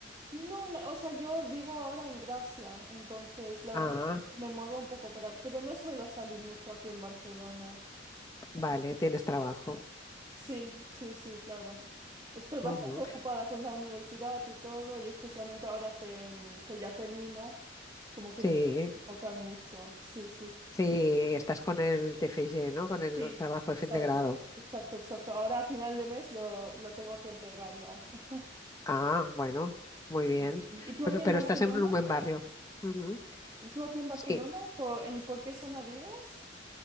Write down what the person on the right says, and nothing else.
No, la- o sea, yo vivo ahora en Gracia, entonces la
verdad que me muevo un poco por aquí, pero no suelo salir mucho aquí en Barcelona.
Sí, sí, sí, claro. Estoy bastante
ocupada con la universidad y todo, y especialmente ahora que, mm, que ya termino, es como que
me tengo que enfocar mucho. Sí, sí,
sí,
exacto,
exacto, exacto. Ahora a final de mes lo, lo tengo que entregar ya. <laughs>
Sí,
sí. ¿Y tú
aquí
en Barcelona?
¿Y tú aquí en Barcelona?
¿Por, en, por qué zona vives?